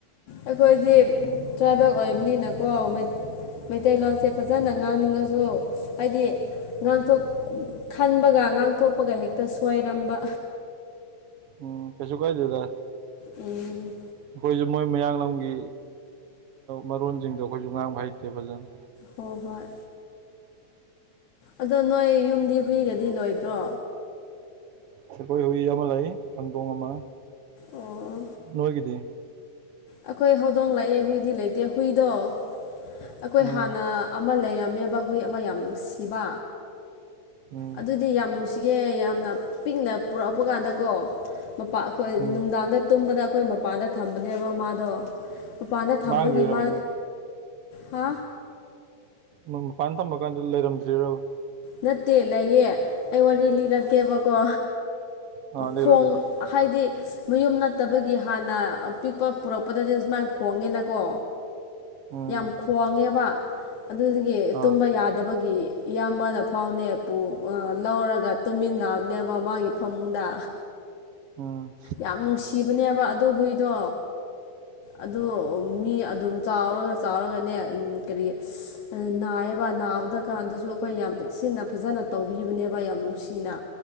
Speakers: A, on the left; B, on the right.
A: ꯑꯩꯈꯣꯏꯗꯤ
B: ꯎꯝ
A: ꯇ꯭ꯔꯥꯏꯕꯦꯜ ꯑꯣꯏꯕꯅꯤꯅꯀꯣ ꯃꯩꯇꯩꯂꯣꯟꯁꯦ ꯐꯖꯅ ꯉꯥꯡꯅꯤꯡꯉꯁꯨ ꯍꯥꯏꯗꯤ ꯉꯥꯡꯊꯣꯛ ꯈꯟꯕꯒ ꯉꯥꯡꯊꯣꯛꯄꯒ ꯍꯦꯛꯇ ꯁꯣꯏꯔꯝꯕ
B: ꯑꯣ ꯀꯁꯨ ꯀꯥꯏ ꯗꯦꯗ
A: ꯎꯝ
B: ꯑꯩꯈꯣꯏꯁꯨ ꯃꯣꯏ ꯃꯌꯥꯡꯂꯒꯤ ꯃꯔꯣꯟꯁꯤꯡꯗꯣ ꯑꯩꯈꯣꯏꯁꯨ ꯉꯥꯡꯕ ꯍꯩꯇꯦ ꯐꯖꯅ
A: ꯍꯣꯏ ꯍꯣꯏ ꯑꯗꯣ ꯅꯣꯏ ꯌꯨꯝꯗꯤ ꯍꯨꯏꯒꯗꯤ ꯂꯣꯏꯗ꯭ꯔꯣ
B: ꯑꯩꯈꯣꯏ ꯍꯨꯏ ꯑꯃ ꯂ ꯈꯪꯗꯣꯡ ꯑꯃ
A: ꯑꯣ
B: ꯅꯣꯏꯒꯤꯗꯤ
A: ꯑꯩꯈꯣꯏ ꯍꯧꯗꯣꯡ ꯂꯥꯛꯑꯦ ꯍꯨꯏꯗꯤ ꯂꯩꯇꯦ ꯍꯨꯏꯗꯣ ꯑꯩꯈꯣꯏ
B: ꯎꯝ
A: ꯍꯥꯟꯅ ꯑꯃ ꯂꯩꯔꯝꯃꯦꯕ ꯍꯨꯏ ꯑꯃ ꯌꯥꯝ ꯅꯨꯡꯁꯤꯕ
B: ꯎꯝ
A: ꯑꯗꯨꯗꯤ ꯌꯥꯝ ꯅꯨꯡꯁꯤꯒꯦ ꯌꯥꯝꯅ ꯄꯤꯛꯅ ꯄꯨꯔꯛꯄ ꯀꯥꯟꯗꯀꯣ ꯃꯄꯥ ꯑꯩꯈꯣꯏ
B: ꯎꯝ
A: ꯅꯨꯡꯗꯥꯡꯗ ꯇꯨꯝꯕꯗ ꯑꯩꯈꯣꯏ ꯃꯄꯥꯟꯗ ꯊꯝꯕꯅꯦꯕ ꯃꯥꯥꯗꯣ ꯃꯄꯥꯟꯗ ꯊꯝꯕꯒꯤ
B: ꯃꯥꯡꯈ꯭ꯔꯤꯔꯕ
A: ꯃꯥ
B: ꯑꯗꯨꯅ
A: ꯍꯥ
B: ꯃꯄꯥꯟ ꯊꯝꯕ ꯀꯥꯟꯗ ꯂꯩꯔꯝꯗ꯭ꯔꯤꯔꯕ
A: ꯅꯠꯇꯦ ꯂꯩꯌꯦ ꯑꯩ ꯋꯥꯔꯤ ꯂꯤꯔꯛꯒꯦꯕꯀꯣ
B: ꯑ ꯂꯩꯔꯣ
A: ꯈꯣꯡ
B: ꯂꯩꯔꯣ
A: ꯍꯥꯏꯗꯤ ꯃꯌꯨꯝ ꯅꯠꯇꯕꯒꯤ ꯍꯥꯟꯅ ꯑ ꯄꯤꯛꯄ ꯄꯨꯔꯛꯄꯗꯗꯤ ꯁꯨꯃꯥꯏꯅ ꯈꯣꯡꯒꯦꯅꯀꯣ
B: ꯎꯝ
A: ꯌꯥꯝ ꯈꯣꯡꯉꯦꯕ ꯑꯗꯨꯗꯒꯤ
B: ꯑꯥ
A: ꯇꯨꯝꯕ ꯌꯥꯗꯕꯒꯤ ꯏꯌꯥꯝꯕꯅ ꯐꯥꯎꯅꯦ ꯄꯨꯨ ꯂꯧꯔꯒ ꯇꯨꯝꯃꯤꯟꯅꯕꯅꯦꯕ ꯃꯥꯒꯤ ꯐꯃꯨꯡꯗ
B: ꯎꯝ
A: ꯌꯥꯝ ꯅꯨꯡꯁꯤꯕꯅꯦꯕ ꯑꯗꯨ ꯍꯨꯏꯗꯣ ꯑꯗꯨ ꯃꯤ ꯑꯗꯨꯝ ꯆꯥꯎꯔꯒ ꯆꯥꯎꯔꯒꯅꯦ ꯀꯔꯤ ꯅꯥꯏꯌꯦꯕ ꯅꯥꯕꯗ ꯀꯥꯟꯗꯁꯨ ꯑꯩꯈꯣꯏ ꯌꯥꯝ ꯇꯦꯛꯁꯤꯟꯅ ꯐꯖꯅ ꯇꯧꯕꯤꯕꯅꯦꯕ ꯌꯥꯝ ꯅꯨꯡꯁꯤꯅ